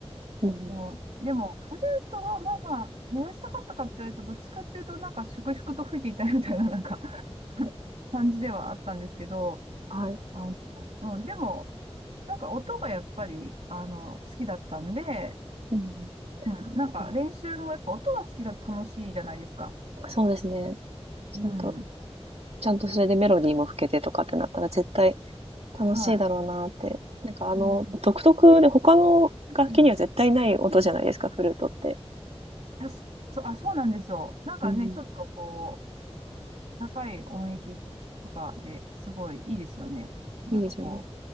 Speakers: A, on the right (about 70°); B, on the right (about 85°).
A: ーうん。
B: あのでも、フルートはまあまあ、目立ちたかったかって言われると、どっちかっていうと、なんか粛々と吹いていたいみたいな、なんか <laughs> 感じではあったんですけど、
A: はい。
B: あの、うん、でも、なんか音がやっぱり、あの、好きだったんで、
A: うん。
B: うん、なんか練習もやっぱ音が好きだと楽しいじゃないですか。
A: あ、そうですね。ちゃんと、
B: うん、
A: ちゃんとそれでメロディーも吹けてとかってなったら絶対楽しいだろうなって。
B: はい。
A: なんかあの、
B: うん、
A: 独特で他の楽器には絶対ない音じゃないですか、
B: うん
A: フルートって。
B: あ、そそう、あ、そうなんですよ。なんかね、
A: うん。
B: ちょっとこう、高い音域とかですごいいいですよね。なんかこ
A: いいですよね。